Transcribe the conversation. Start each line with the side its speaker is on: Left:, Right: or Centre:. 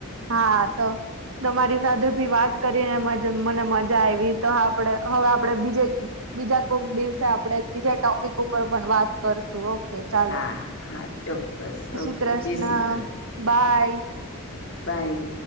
Right: હા, તો તમારી સાથે ભી વાત કરીને મ જેમ મને મજા આવી, તો આપડે હવે આપડે બીજે બીજા કોઈક દિવસે આપડે બીજા ટોપ પીક ઉપર પણ વાત કરશું, ઓ કે ચાલો,
Left: હા હા ચોક્કસ
Right: જય
Left: ઓકે
Right: શ્રી કૃષ્ણ,
Left: જય શ્રી
Right: બાય
Left: બાય